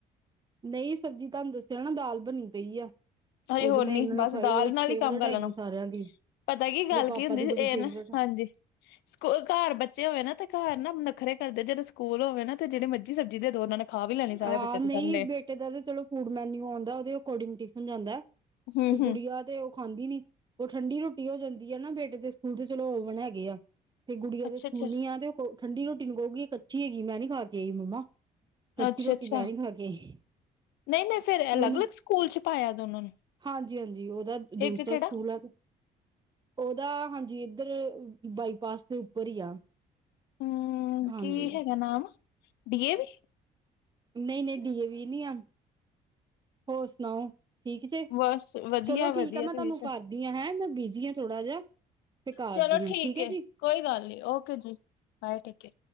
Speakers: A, on the right; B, on the left.
A: ਨਹੀਂ, ਸਬਜ਼ੀ ਤੁਹਾਨੂੰ ਦੱਸਿਆ ਨਾ ਦਾਲ ਬਣੀ ਪਈ ਆ
B: ਹਜੇ
A: ਉਹਦੇ
B: ਹੋਰ
A: ਨਾਲ
B: ਨੀ
A: ਇਹਨਾਂ
B: ਬਸ
A: ਨੇ ਖਾਈ
B: ਦਾਲ
A: ਹੋਏ
B: ਨਾਲ
A: ਫੇਵਰੇਟ
B: ਹੀ ਕੰਮ ਕਰ
A: ਹੈਗੀ
B: ਲੈਣਾ
A: ਸਾਰਿਆਂ ਦੀ।
B: ਪਤਾ ਕੀ
A: ਇਹਦੇ
B: ਗੱਲ
A: ਪਾਪਾ
B: ਕੀ ਹੁੰਦੀ
A: ਦੀ
B: ਸੀ,
A: ਬੜੀ
B: ਇਹ
A: ਫੇਵਰੇਟ
B: ਨਾ ਹਾਂਜੀ ਸਕੂ ਘਰ ਬੱਚੇ ਹੋਏ ਨਾ ਤੇ ਘਰ ਨਾ ਨੱਖਰੇ ਕਰਦੇ, ਜਦੋਂ ਸਕੂਲ ਹੋਵੇ ਨਾ ਤੇ ਜਿਹੜੇ ਮਰਜੀ ਸਬਜ਼ੀ ਦੇ ਦੌ ਉਨ੍ਹਾਂ ਨੂੰ ਖਾ ਵੀ ਲੈਣੀ ਸਾਰੇ
A: ਹਾਂ
B: ਬੱਚੇ
A: ਨਹੀਂ
B: ਦੇ ਸਾਮ੍ਹਣੇ।
A: ਬੇਟੇ ਦਾ ਤੇ ਚਲੋ ਫੂਡ ਮੈਨਊ ਆਉਂਦਾ ਉਹਦੇ ਅਕੋਡਿੰਗ ਟਿਫਨ ਜਾਂਦਾ,
B: ਹੂੰ
A: ਤੇ
B: ਹੂੰ
A: ਗੁੜੀਆ ਦੇ ਖਾਂਦੀ ਨੀ ਉਹ ਠੰਡੀ ਰੋਟੀ ਹੋ ਜਾਂਦੀ ਏ ਨਾ ਬੇਟੇ ਦੇ ਸਕੂਲ ਤੇ ਚਲੋ ਓਵਨ ਹੈਗੇ ਆ। ਤੇ ਗੁੜੀਆਂ
B: ਅੱਛਾ
A: ਦੇ ਸਕੂਲ
B: ਅੱਛਾ
A: ਨੀ ਆ ਤੇ ਉਹ ਠੰਡੀ ਰੋਟੀ ਨੀ ਕਹੁਗੀ ਕੱਚੀ ਹੈਗੀ, ਮੈਂ ਨੀ ਖਾ ਕੇ ਆਈ ਮੰਮਾ ਕੱਚੀ
B: ਅੱਛਾ
A: ਰੋਟੀ
B: ਅੱਛਾ
A: ਮੈਂ ਨੀ ਖਾਕੇ ਆਈ।
B: ਨਹੀਂ- ਨਹੀਂ ਫਿਰ ਅਲੱਗ-
A: ਉਹਨੂੰ
B: ਅਲੱਗ ਸਕੂਲ ਚ ਪਾਇਆ ਦੋਨਾਂ ਨੂੰ?
A: ਹਾਂਜੀ- ਹਾਂਜੀ, ਉਹਦਾ ਦੂਸਰਾ
B: ਇੱਕ ਕਿਹੜਾ
A: ਸਕੂਲ ਆ ਉਹਦਾ ਹਾਂਜੀ ਇੱਧਰ ਬਾਈਪਾਸ ਦੇ ਉੱਪਰ ਹੀ ਆ।
B: ਹਮ
A: ਹਾਂਜੀ
B: ਕੀ ਹੈਗਾ ਨਾਮ? D A V?
A: ਨਹੀਂ- ਨਹੀਂ ਡੀਏ ਵੀ ਨਹੀਂ ਆ, ਹੋਰ ਸੁਣਾਓ? ਠੀਕ ਜੇ,
B: ਬਸ ਵਧੀਆ
A: ਚਲੋ
B: ਵਧੀਆ
A: ਠੀਕ ਆ ਮੈਂ
B: ਤੁਸੀਂ
A: ਤੁਹਾਨੂੰ
B: ਸੁਣਾਓ।
A: ਕਰਦੀ ਹਾਂ ਹੈਂ, ਮੈਂ ਬਿਜ਼ੀ ਹਾਂ ਥੋੜਾ ਜਿਹਾ। ਤੇ ਕਰਦੀ
B: ਚਲੋ
A: ਹਾਂ
B: ਠੀਕ
A: ਹੈ
B: ਏ,
A: ਜੀ
B: ਕੋਈ ਗੱਲ ਨੀ, ਓਕੇ ਜੀ ਬਾਏ ਠੀਕ ਹੈ।